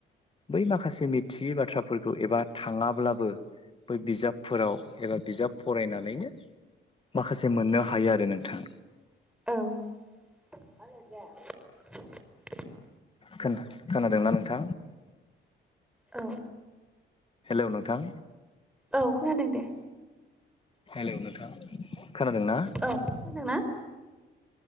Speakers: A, on the left; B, in the centre.
A: बै माखासे मिथियै बाथ्राफोरखौ एबा थाङाब्लाबो बै बिजाबफोराव एबा बिजाब फरायनानैनो माखासे मोननो हायो आरो नोंथां।
B: औ
A: खोना-खोनादोंना नोंथां?
B: औ
A: हेलौ नोंथां
B: औ खोनादों दे।
A: हेलौ नोंथां खोनादोंना
B: औ खोनादोंना?